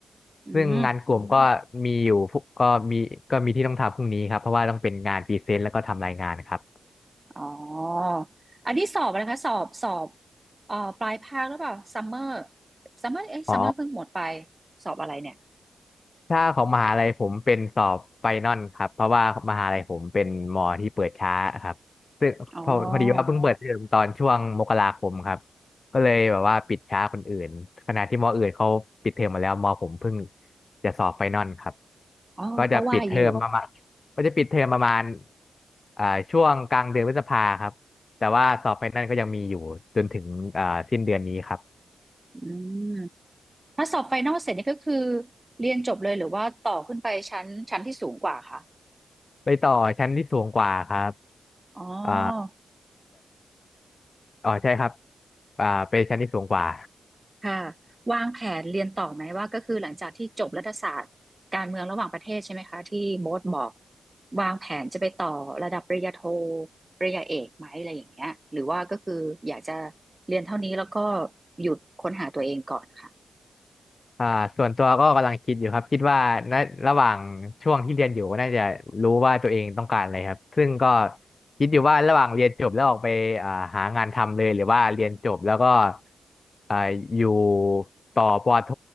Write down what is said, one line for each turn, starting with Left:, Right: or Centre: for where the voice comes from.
Right: อืม
Left: ซึ่งงานกลุ่มก็มีอยู่พวกก็มีก็มีที่ต้องทำพรุ่งนี้ครับเพราะว่าต้องเป็นงานพรีเซนต์แล้วก็ทำรายงานครับ
Right: อ๋ออันนี้สอบอะไรคะสอบสอบเอ่อปลายภาคหรือเปล่าซัมเมอร์ซัมเมอร์เอ้ยซัมเมอร์เพิ่งหมดไป
Left: อ๋อ
Right: สอบอะไรเนี่ย
Left: ถ้าของมหาลัยผมเป็นสอบไฟนอลครับเพราะว่ามหาลัยผมเป็นมอที่เปิดช้าครับซึ่งพอพอดีว่าเพิ่งเปิดเทอมตอนช่วงมกราคมครับ
Right: อ๋อ
Left: ก็เลยแบบว่าปิดช้าคนอื่นขณะที่มออื่นเขาปิดเทอมมาแล้วมอผมเพิ่งจะสอบไฟนอลครับ
Right: อ๋อก็ว่าอยู่
Left: ก็จะปิดเทอมประมาณก็จะปิดเทอมประมาณอ่าช่วงกลางเดือนพฤษภาครับแต่ว่าสอบไฟนอลก็ยังมีอยู่จนถึงอ่าสิ้นเดือนนี้ครับ
Right: อืมถ้าสอบไฟนอลเสร็จนี่ก็คือเรียนจบเลยหรือว่าต่อขึ้นไปชั้นชั้นที่สูงกว่าคะ
Left: ไปต่อชั้นที่สูงกว่าครับ
Right: อ๋อ
Left: อ่า อ๋อใช่ครับอ่าเป็นชั้นที่สูงกว่า
Right: ค่ะวางแผนเรียนต่อไหมว่าก็คือหลังจากที่จบรัฐศาสตร์การเมืองระหว่างประเทศใช่ไหมคะที่โบ๊ทบอกวางแผนจะไปต่อระดับปริญญาโทปริญญาเอกไหมอะไรอย่างเงี้ยหรือว่าก็คืออยากจะเรียนเท่านี้แล้วก็หยุดค้นหาตัวเองก่อนค่ะ
Left: อ่าส่วนตัวก็กำลังคิดอยู่ครับคิดว่าณระหว่างช่วงที่เรียนอยู่น่าจะรู้ว่าตัวเองต้องการอะไรครับซึ่งก็คิดอยู่ว่าระหว่างเรียนจบแล้วออกไปอ่าหางานทำเลยหรือว่าเรียนจบแล้วก็อ่าอยู่ต่อปอโท